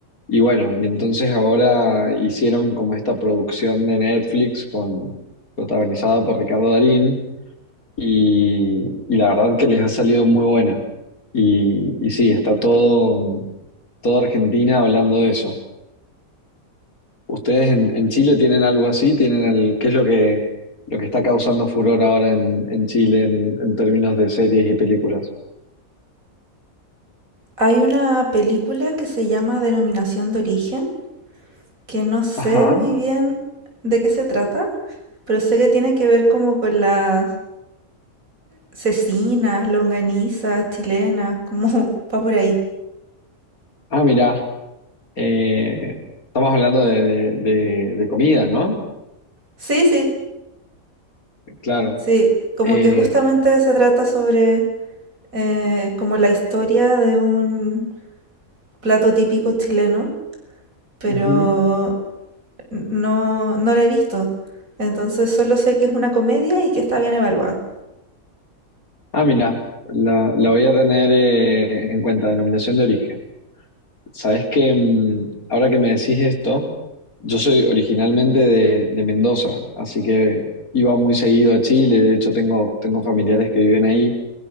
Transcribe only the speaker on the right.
Hay una película que se llama Denominación de Origen, que no sé
muy bien de qué se trata, pero sé que tiene que ver como con la cecinas, longanizas, chilenas, como <laughs> va por ahí.
Sí, sí,
sí, como
que justamente se trata sobre eh, como la historia de un plato típico chileno, pero
no, no la he visto. Entonces solo sé que es una comedia y que está bien evaluada.